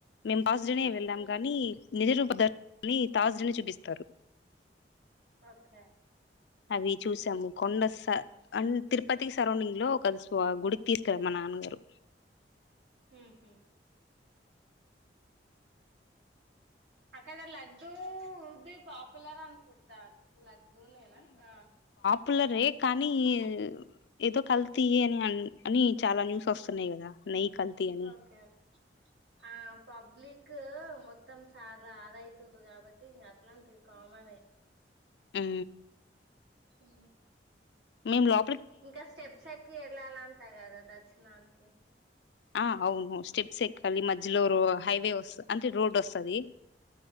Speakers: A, on the left; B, on the right.
A: మేము ఫస్ట్ డేనే వెళ్ళాం
B: ఉమ్
A: కానీ నిజ రూపా ప దర్శని తార్స్డే నే చూపిస్తారు
B: ఓకే
A: అవి చూసాము కొండ స అం తిరుపతి సరౌండింగ్ లో ఒక గుడికి తీసుకేళ్ళ మా నాన్నగారు
B: ఉహు అక్కడ లడ్డూ బి పాపులర్ అన్ కుతా లడ్డూ నేనా ఆ
A: పులరే కానీ ఏ ఏదో కల్తీ అని అని చాలా న్యూస్ వస్తున్నాయి కదా నెయ్యి కల్తీ అని
B: ఓకే ఆ పబ్లిక్ మొత్తం చాలా అదయితురు కాబట్టి ఇంకా అట్లాంటి కామనే
A: ఉ
B: ఉ
A: మేము లో
B: ఇంకా స్టెప్స్ ఎక్కి ఏళ్ళాలంటా కదా దర్శనానికి
A: ఆ అవును స్టెప్స్ ఎక్కాలి మధ్యలో రో హైవే వస్త అంటే రోడ్ వస్తది